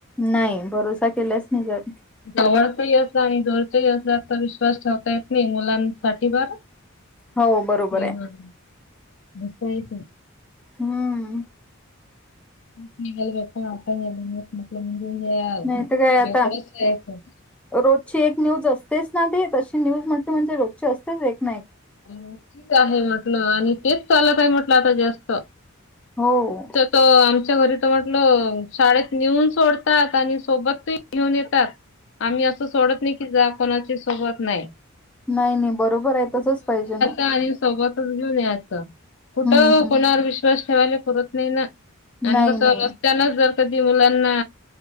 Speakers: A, in the centre; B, on the left.
A: नाही. भरोसा केलाच नाही जात.
B: जवळच ही अस आणि जोरच ही असलं तर विश्वास ठेवता येत नाही. मुलांसाठी बरं <unintelligible>
A: हो बरोबर आहे हम्म,
B: <unintelligible>
A: नाही तर काय आता रोजची एक न्यूज असतेच ना ती तशी न्यूज म्हटली म्हणजे रोजची असतेच एक ना
B: अ ठीक आहे म्हटलं आणि तेच चालतय म्हटलं. आता जास्त
A: हो
B: तर आमच्या घरी तर म्हटलं, शाळेत नेऊन सोडतात आणि सोबत ही घेऊन येतात. आम्ही असं सोडत नाही की, जा कोणाची सोबत नाही.
A: नाही नाही, बरोबर आहे तसच पाहिजे.
B: ताई सोबतच घेऊन यायचं, कुठं
A: हम्म हम्म
B: कोणावर विश्वास ठेवायला परत नाही ना. आणि
A: नाही
B: कस
A: नाही
B: रस्त्यानच जर कधी मुलांना